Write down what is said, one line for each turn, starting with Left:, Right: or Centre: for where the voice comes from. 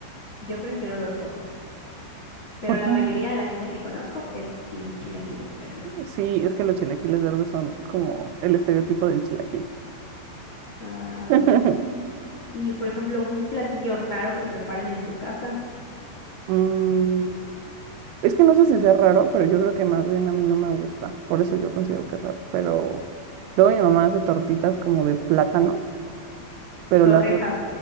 Left: Yo prefiero los rojos, pero
Right: ¿Por
Left: la
Right: qué?
Left: mayoría de la gente que conozco es team chilaquiles verdes.
Right: Sí, es que los chilaquiles verdes son como el estereotipo del chilaquil.
Left: Ah,
Right: <laughs>
Left: y por ejemplo, un platillo raro que preparen en tu casa,
Right: Mm, es que no sé si sea raro, pero yo creo que más bien a mí no me gusta. Por eso yo considero que es raro. Pero luego mi mamá hace tortitas como de plátano, pero
Left: torrejas.
Right: las... dor-